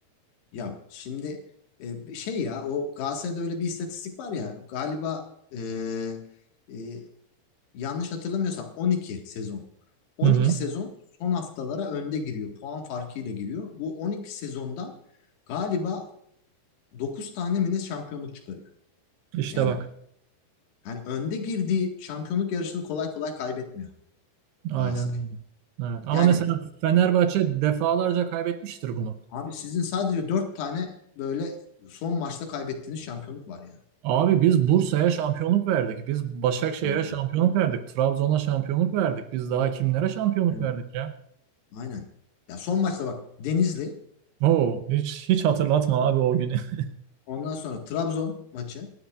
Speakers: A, on the left; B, on the right.
A: Ya şimdi e, şey ya o Galatasaray'da öyle bir istatistik var ya galiba e, e, yanlış hatırlamıyorsam 12 sezon. 12
B: Hı hı.
A: sezon son haftalara önde giriyor. Puan farkıyla giriyor. Bu 12 sezondan galiba Dokuz tane mi ne şampiyonluk çıkarıyor.
B: İşte
A: Yani
B: bak.
A: yani önde girdiği şampiyonluk yarışını kolay kolay kaybetmiyor
B: Aynen.
A: Galatasaray.
B: Evet. Ama
A: Yani
B: mesela Fenerbahçe defalarca kaybetmiştir bunu.
A: abi sizin sadece 4 tane böyle son maçta kaybettiğiniz şampiyonluk var yani.
B: Abi biz Bursa'ya şampiyonluk verdik. Biz Başakşehir'e
A: Evet. Evet.
B: şampiyonluk verdik. Trabzon'a şampiyonluk verdik. Biz daha kimlere şampiyonluk
A: Evet,
B: verdik ya?
A: Aynen. Ya son maçta bak Denizli,
B: Oo, hiç hiç hatırlatma abi o günü. <laughs>
A: ondan sonra Trabzon maçı,